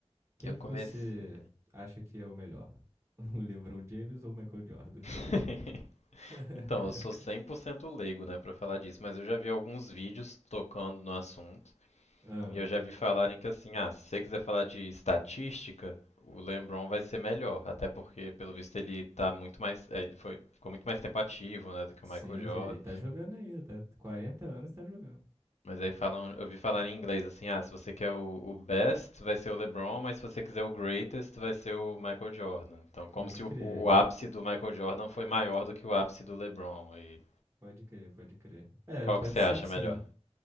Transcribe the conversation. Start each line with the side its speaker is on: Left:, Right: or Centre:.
Right: Quem
Left: Eu comecei.
Right: que você acha que é o melhor? <laughs> O LeBron James ou o Michael Jordan?
Left: <laughs>
Right: <laughs>
Left: Então, eu sou 100% leigo, né, pra falar disso, mas eu já vi alguns vídeos tocando no assunto
Right: Ah,
Left: e eu já vi falarem que assim, ah, se você quiser falar de estatística, o LeBron vai ser melhor, até porque pelo visto ele tá muito mais, eh, ele foi ficou muito mais tempo ativo, né, do que
Right: sim,
Left: o Michael Jordan.
Right: sim, ele tá jogando ainda, tá? 40 anos tá jogando.
Left: Mas aí falam, eu vi falar em inglês assim, ah, se você quer o, o best, vai ser o LeBron, mas se você quiser o greatest, vai ser o Michael Jordan. Então, como
Right: Pode
Left: se
Right: crer,
Left: o, o, o ápice do Michael Jordan foi maior do que o ápice do LeBron. E
Right: pode crer, pode crer. É,
Left: qual
Right: pode
Left: que você acha
Right: ser que
Left: melhor?
Right: sim.